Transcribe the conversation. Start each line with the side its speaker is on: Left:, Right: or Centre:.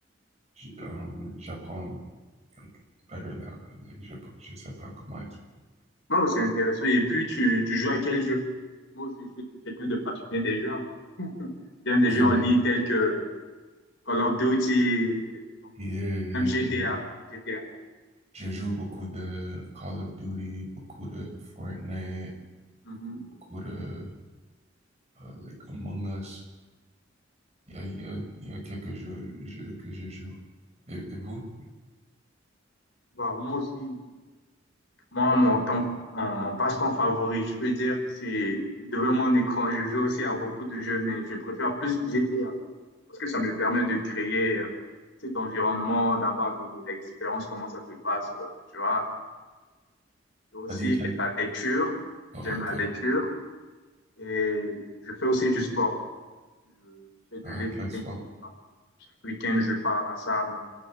Right: je- um, j'apprends like, better that way. Like, je, je sais pas comment expliquer.
Left: Non, c'est intéressant. Et puis, tu, tu joues à quel jeu? Moi aussi, je suis quelqu'un de passionné des jeux. hein. J'aime des
Right: Yeah,
Left: jeux en ligne tels que Call of Duty, des trucs comme
Right: yeah,
Left: ça.
Right: yeah.
Left: Même GTA.
Right: Je, je
Left: GTA.
Right: je joue beaucoup de Call of Duty, beaucoup de Fortnite,
Left: Mhm.
Right: beaucoup de euh, like Among Us. Il y a, il y a, il y a quelques jeux, jeux que je joue. Et, et vous?
Left: Bah, moi aussi, moi, mon temps, mon, mon passe-temps favori, je peux dire, c'est devant mon écran. Je joue aussi à beaucoup de jeux, mais je préfère plus GTA parce que ça me permet de créer euh, cet environnement, d'avoir de, de l'expérience, comment ça se passe, euh, tu vois. Et aussi,
Right: T'as dit
Left: j'aime
Right: quel,
Left: la lecture.
Right: oh,
Left: J'aime
Right: ok.
Left: la lecture. Et je fais aussi du sport. Je fais du
Right: Ah,
Left: lifting.
Right: quel sport?
Left: Chaque week-end, je pars à la salle